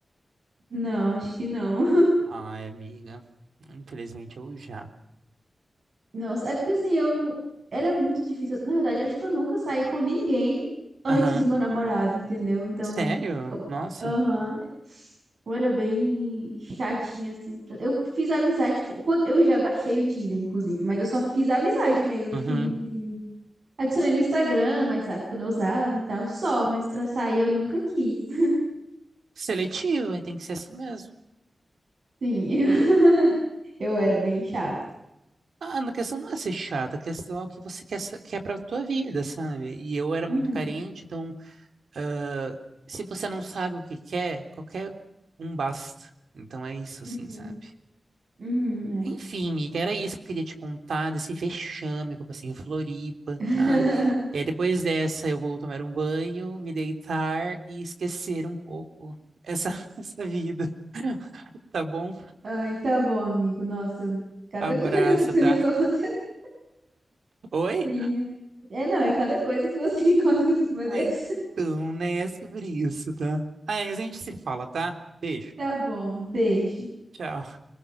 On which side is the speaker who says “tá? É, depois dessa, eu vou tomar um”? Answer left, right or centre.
Right